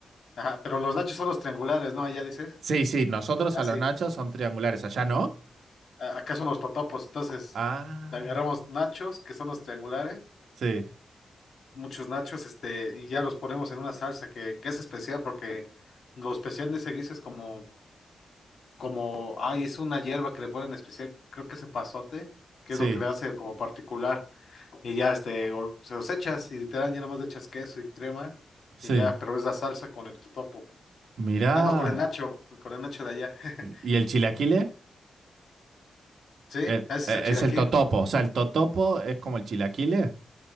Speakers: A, on the left; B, on the right.
A: Ajá, pero los nachos son los triangulares, ¿no? Allá dices.
B: Sí, sí, nosotros
A: Ah,
B: a
A: sí.
B: los nachos son triangulares, allá no.
A: a- Acá son los totopos, entonces
B: Ah,
A: le agarramos nachos, que son los triangulares,
B: sí,
A: muchos nachos, este, y ya los ponemos en una salsa que, que es especial porque lo especial de ese guiso es como, como, ay, es una hierba que le ponen especial, creo que es epazote, que
B: sí,
A: es lo que le hace como particular. Y ya este, o- se los echas y literal ya nomás le echas queso y crema
B: sí.
A: y ya, pero es la salsa con el totopo.
B: Mirá.
A: Ah, no, con el nacho, con el nacho de allá. <laughs>
B: ¿Y el chilaquile?
A: Sí, ese
B: El-
A: es
B: eh,
A: el chilaquil.
B: es el totopo. O sea, el totopo es como el chilaquile.